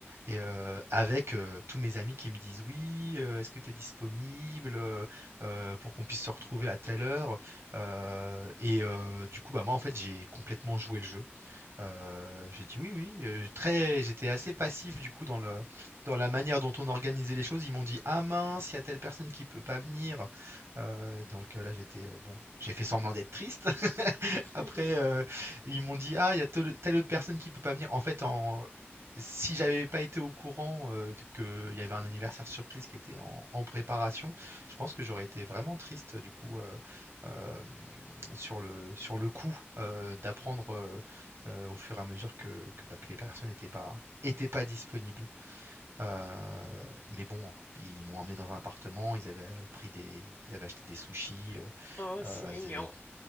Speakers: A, on the right; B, on the left.
A: et euh, avec euh, tous mes amis qui me disent oui euh, est-ce que tu es disponible euh, euh, pour qu'on puisse se retrouver à telle heure Euh, et euh, du coup bah moi en fait j'ai complètement joué le jeu Heu, j'ai dit: «Oui, oui», heu, très j'étais assez passif du coup dans le dans la manière dont on organisait les choses. Ils m'ont dit: «Ah mince, il y a telle personne qui peut pas venir», heu, donc, heu, là j'étais, heu, bon, j'ai fait semblant d'être triste.
B: <laughs>
A: Après, heu, ils m'ont dit: «Ah, il y a telle telle autre personne qui peut pas venir». En fait, en si j'avais pas été au courant, heu, d qu'il y avait un anniversaire surprise qui était en en préparation, je pense que j'aurais été vraiment triste, du coup, heu, hem, sur le sur le coup, heu, d'apprendre, heu heu, au fur et à mesure que que, bah, que les personnes n'étaient pas étaient pas disponibles. Heu, mais bon, ils m'ont emmené dans un appartement, ils avaient, pris des ils avaient acheté des sushis, heu
B: Oh, c'est
A: heu,
B: mignon.
A: ils avaient